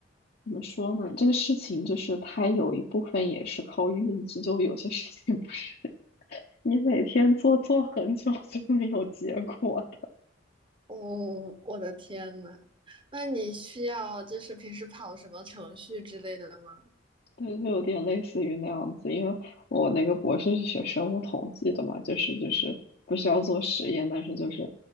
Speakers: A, on the left; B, on the right.
A: 怎么说呢？这个事情就是它有一部分也是靠运气，就有些事情 <laughs> 你每天做做很久就没有结果。
B: 哦，我的天呐，那你需要就是平时跑什么程序之类的吗？
A: 对，就有点类似于那样子，因为我那个博士是学生物统计的嘛，就是就是不需要做实验，但是就是